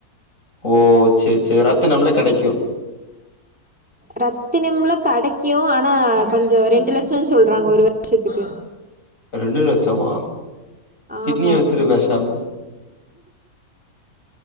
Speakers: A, on the left; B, in the centre.
A: ஓ சேர் சேரி ரத்தினம்ல கெடைக்கு
B: ரத்தினிம்ல கெடைக்கு ஆனா கொஞ்சோ ரெண்டு லட்சனு சொல்றாங்க ஒரு வர்ஷத்துக்கு
A: ரெண்டு லட்சமா கிட்னிய
B: ஆமா
A: வித்துரு பேசாம